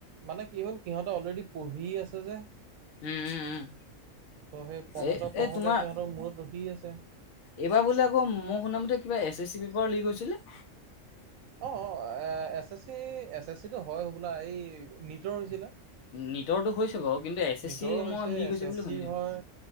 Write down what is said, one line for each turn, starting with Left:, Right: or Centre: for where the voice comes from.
Right: মানে কি হ'ল সিহঁতে অলৰেডি পঢ়ি আছে যে
Left: উম উম উম।
Right: ত' সেই পঢ়োতে
Left: এ
Right: পঢ়োতে
Left: এই তোমাৰ
Right: সিহঁতৰ মূৰত ৰখি আছে
Left: এইবাৰ বোলে আকৌ মই শুনামতে কিবা S S C paper leak হৈছিলে?
Right: অ' অ', এ S S C S S চিটো হয় বোলা এই নীটৰ হৈছিলে।
Left: নীটৰটো হৈছে বাৰু কিন্তু এছ
Right: নীটৰো
Left: এছ চি মই লিক
Right: এছ
Left: হৈছে
Right: এছ
Left: বুলি
Right: চিৰ
Left: শুনিছিলোঁ
Right: হয়